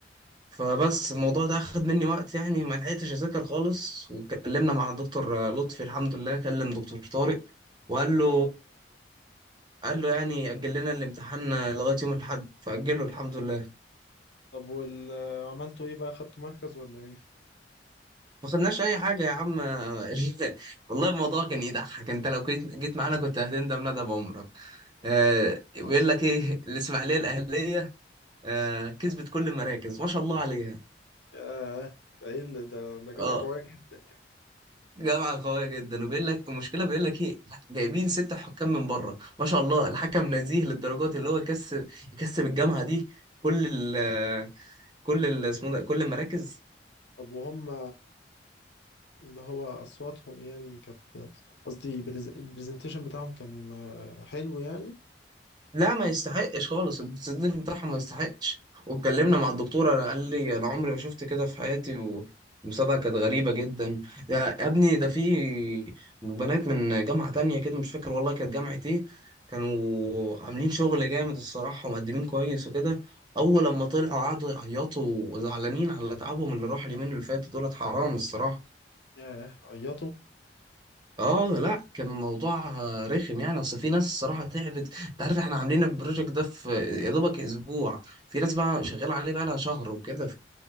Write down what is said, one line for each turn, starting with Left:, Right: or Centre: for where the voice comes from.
Right: فبس الموضوع ده أخد مني وقت يعني ما لحقتش أذاكر خالص واتكلمنا مع الدكتور آه، لطفي الحمد لله كلم دكتور طارق وقال له
Left: اه
Right: قال له يعني أجل لنا الامتحان لغاية يوم الأحد فأجله الحمد لله
Left: طب وال عملتوا ايه بقى خدتوا مركز ولا ايه؟
Right: ما خدناش اي حاجه يا عم <laughs> والله الموضوع كان يضحك انت لو كنت جيت معانا كنت هتندم ندم عمرك آه بيقول
Left: حصل
Right: لك ايه الاسماعيليه الاهليه آه كسبت كل المراكز ما شاء الله عليها
Left: ياه ده ايه اللي ده ده جامعة
Right: اه
Left: قوية جدا يعني
Right: جامعه قويه جدا وبيقول لك المشكله بيقول لك ايه جايبين ست حكام من بره ما شاء الله الحكم نزيه للدرجات اللي هو يكسب يكسب الجامعه دي كل ال كل ال اسمه ده كل المراكز
Left: طب وهم اللي هو أصواتهم يعني كانت قصدي برز- البرزنتيشن بتاعهم كان آه، حلو يعني
Right: لا ما يستحقش خالص السيف بتاعهم ما يستحقش واتكلمنا مع الدكتور انا قال لي انا عمري ما شفت كده في حياتي والمسابقه كانت غريبه جدا يا يا ابني ده في بنات من جامعه تانية كده مش فاكر والله كانت جامعه ايه كانوا عاملين شغل جامد الصراحه ومقدمين كويس وكده اول لما طلعوا قعدوا يعيطوا وزعلانين على تعبهم اللي راح اليومين اللي فاتوا دولت حرام الصراحه
Left: ياه عيطوا
Right: اه لا كان الموضوع آه، رخم يعني اصل في ناس الصراحه تعبت انت عارف احنا عاملين البروجكت ده في يا دوبك اسبوع في ناس بقى شغاله عليه بقى لها شهر وكده